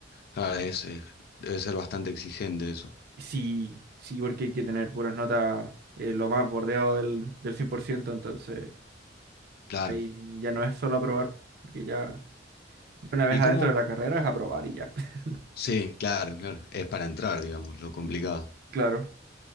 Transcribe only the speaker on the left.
Claro, es, eh, debe ser bastante exigente eso.
Claro.
¿Y
cómo?
Sí, claro, claro. Es para entrar, digamos, lo complicado.